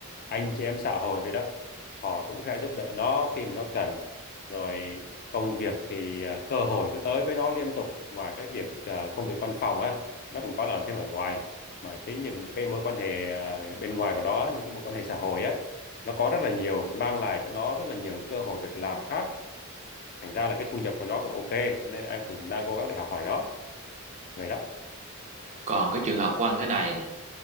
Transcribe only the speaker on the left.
anh chị em xã hội vậy đó họ cũng sẽ giúp đỡ nó khi mà nó cần rồi công việc thì à, cơ hội cứ tới với nó liên tục ngoài cái việc à, công việc văn phòng á nó cũng có làm thêm ở ngoài mà chính những cái mối quan hệ à, bên ngoài của nó những cái mối quan hệ xã hội á nó có rất là nhiều mang lại cho nó rất là nhiều cái cơ hội việc làm khác thành ra là cái thu nhập của nó cũng ok cho nên em cũng đang cố gắng để học hỏi nó vậy đó